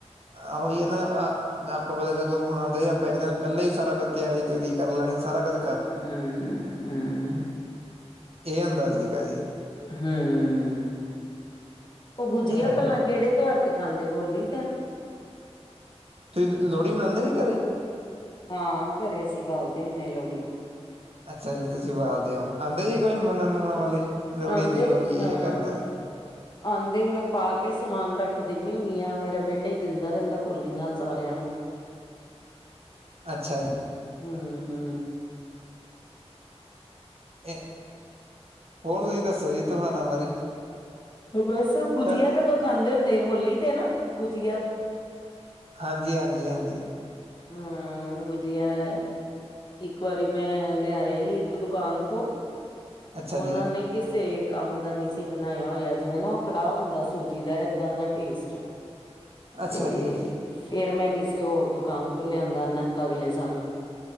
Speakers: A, on the right; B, on the left.
A: ਆਹ ਉਹੀ ਨਾ ਆਹ ਨਾ ਆਪਾਂ ਜਦੋਂ ਮਨਾਉਂਦੇ ਸੀ ਆਪਾਂ ਇੱਕ ਦਿਨ ਪਹਿਲਾਂ ਹੀ ਸਾਰਾ ਕੁੱਝ ਤਿਆਰੀ ਤਿਉਰੀ ਕਰ ਲੈਣੀ ਸਾਰਾ ਕੁੱਛ
B: ਹਮ ਹਮ।
A: ਇਹ
B: <unintelligible>
A: ਹੁੰਦਾ ਸੀਗਾ ਜੀ
B: ਹਮ, ਉਹ ਗੁੱਝ ਗਿਆ
A: ਹਾਂ
B: ਪਹਿਲਾਂ ਕਿਹੜੇ ਤਿਉਹਾਰ ਤੇ ਖਾਂਦੇ, ਹੋਲੀ ਤੇ ਨਾ
A: ਤੁਹੀਂ ਲੋਹੜੀ ਮਨਾਂਦੇ ਜੀ ਘਰੇ।
B: ਹਾਂ ਘਰੇ ਅਸੀਂ ਬਾਲਦੇ ਹੁੰਨੇ ਲੋਹੜੀ।
A: ਅੱਛਾ ਜੀ ਤੁਸੀਂ ਬਾਲਦੇ ਔ, ਆਂਦੇ ਜੀ ਕੋਈ ਮੰਗਣ ਮੁੰਗਣ ਵਾਲੇ ਲੋਹੜੀ
B: ਆਂਦੇ
A: ਦੇਦੋ ਜੀ
B: ਹਾਂ।
A: ਏ ਕਰਦਾ
B: <inaudible> ਆਂਦੇ ਮੈਂ ਪਾ ਕੇ ਸਮਾਨ ਰੱਖ ਦਿੰਦੀ ਹੁੰਨੀ ਆ, ਮੇਰਾ ਬੇਟਾ ਈ ਦਿੰਦਾਂ ਰਹਿੰਦਾ ਕੋਲੀ ਨਾਲ ਸਾਰਿਆਂ ਨੂੰ
A: ਅੱਛਾ ਜੀ।
B: ਹੂੰ।
A: ਏ, ਹੋਰ ਤੁਸੀਂ ਦੱਸੋ ਜੀ ਤਿਉਹਾਰਾਂ ਬਾਰੇ।
B: ਬਸ ਗੁਜੀਆ
A: ਤਾਂ-
B: ਕਦੋਂ ਖਾਂਦੇ ਹੁੰਦੇ, ਹੋਲੀ ਤੇ ਨਾ ਗੁਜੀਆ
A: ਹਾਂਜੀ -ਹਾਂਜੀ- ਹਾਂਜੀ।
B: ਹੂੰ ਗੁਜੀਆ ਐ। ਇੱਕ ਵਾਰੀ ਮੈਂ ਲ਼ਿਆ ਆਈ ਇੱਕ ਦੁਕਾਨ ਤੋਂ
A: ਅੱਛਾ
B: ਉਹਨਾਂ
A: ਜੀ
B: ਨੇ ਕਿਸੇ ਕੰਮ ਦਾ ਨੀ ਸੀ ਬਣਾਇਆ ਹੋਇਆ, ਜਿਵੇਂ ਨਾ ਉਹ ਕੜਾਹ ਹੁੰਦਾ ਸੂਜੀ ਦਾ ਏਦਾਂ ਦਾ ਟੇਸਟ <inaudible> ਤੇ
A: ਅੱਛਾ ਜੀ
B: ਫੇਰ ਮੈਂ ਕਿਸੇ ਹੋਰ ਦੁਕਾਨ ਤੋਂ ਲਿਆਂਦਾ ਨ ਅਗਲੇ ਸਾਲ